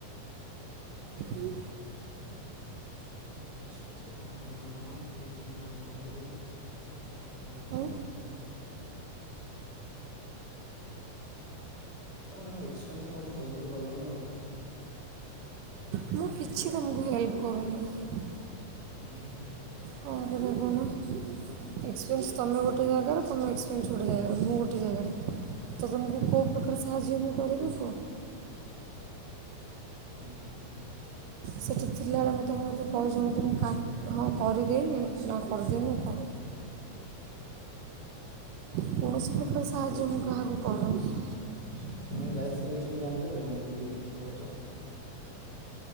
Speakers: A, on the right; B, on the right.
A: ହୁଁ।
B: ଏକ୍ସପେନ୍ସ ରେ ବହୁତ ଦିନ ରହିଗଲାଣି ଟ୍ରିପ ଫ୍ରିପ୍ ରେ ଆଜି ପକେଇଦେଲେ। ସାର୍ କାଲି ଆପ୍ରୁଭ
A: ଆଉ
B: କରିଦେବେ। ତମେ ଜମା ଏକ୍ସପେନ୍ସରେ ମୋତେ ହେଲ୍ପ କଲନି ଆଉ।
A: ମୁଁ କିଛି ତମକୁ ହେଲ୍ପ କରୁନି।
B: ଉ ହୁଁ।
A: କଣ କରିବା କହୁନ? ଏକ୍ସପେନ୍ସ ତମେ ଗୋଟେ ଜାଗାରେ ତମ ଏକ୍ସପେନ୍ସ ଗୋଟେ ଜାଗାରେ ମୁଁ ଗୋଟେ ଜାଗାରେ। ତ ତୁମକୁ କେଉଁ ପ୍ରକାର ସାହାଯ୍ୟ ମୁଁ କରିବ କୁହ।
B: ଉହୁଁ।
A: ସେଇଠି ଥିଲାବେଳେ ମୁଁ ତୁମକୁ ମୋତେ କହିଛି ମୋତ କା ହଁ କରିଦେଇନି ନା କରିଦେଇନି କୁହ? କୌଣସି ପ୍ରକାର ସାହାଯ୍ୟ ମୁଁ କାହାକୁ କରୁନି।
B: ନାଇଁ ଯାଇଥିଲି ଏଠିକି ଜାଣିଚ କି ନାଇଁ ବୁଲି ରଜ?